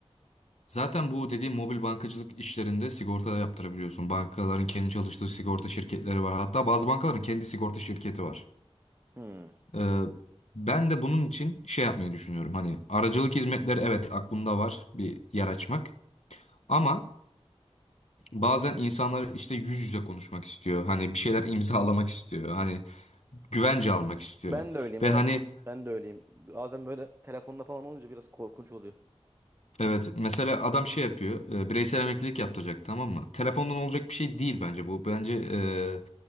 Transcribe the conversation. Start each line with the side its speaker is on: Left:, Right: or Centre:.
Left: Zaten bu dediğim mobil bankacılık işlerinde sigorta da yaptırabiliyorsun. Bankaların kendi çalıştığı sigorta şirketleri var. Hatta bazı bankaların kendi sigorta şirketi var.
Right: Hmm.
Left: Ee, ben de bunun için şey yapmayı düşünüyorum. Hani aracılık hizmetleri evet aklımda var bir yer açmak. Ama bazen insanlar işte yüz yüze konuşmak istiyor. Hani bir şeyler imzalamak istiyor. Hani güvence almak istiyor.
Right: Ben de öyleyim
Left: Ve
Right: evet.
Left: hani
Right: Ben de öyleyim. Bazen böyle telefonda falan olunca biraz korkunç oluyor.
Left: Evet mesela adam şey yapıyor e, bireysel emeklilik yaptıracak tamam mı? Telefondan olacak bir şey değil bence bu. Bence e,